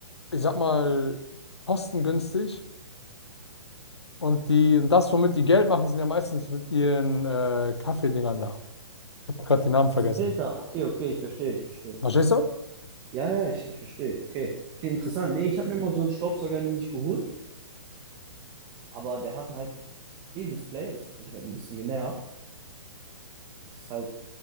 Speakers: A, on the left; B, on the right.
A: ich sag mal, kostengünstig. Und die, und das, womit die Geld machen, sind ja meistens mit ihren äh, Kaffeedingern da. Ich habe gerade die Namen vergessen.
B: Diese Filter, okay, okay, ich verstehe, ich verstehe.
A: Verstehst du?
B: Ja, ja, ich, ich verstehe. Okay. Klingt interessant. Nee, ich habe mir mal so einen Staubsauger nämlich geholt, aber der hatte halt E-Display, das hat mich halt ein bisschen genervt. Das ist halt